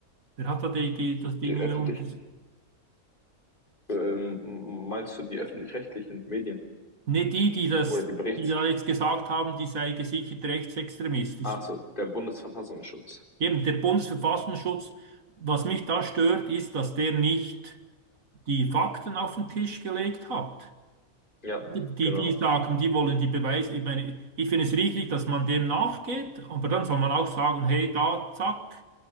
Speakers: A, on the right; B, on the left.
A: wer hat da die, die, das Ding
B: Die öffentlich,
A: unter,
B: ähm, meinst du die öffentlich-rechtlichen Medien
A: ne, die, die das,
B: oder die Berichts,
A: die da jetzt gesagt haben, die sei gesichert rechtsextremistisch.
B: ach so, der Bundesverfassungsschutz?
A: Eben, der Bundesverfassungsschutz, was mich da stört, ist, dass der nicht die Fakten auf den Tisch gelegt hat.
B: Ja,
A: Die,
B: genau.
A: die sagen, die wollen die Beweise. Ich meine, ich finde es richtig, dass man dem nachgeht, aber dann soll man auch sagen, hey, da, zack,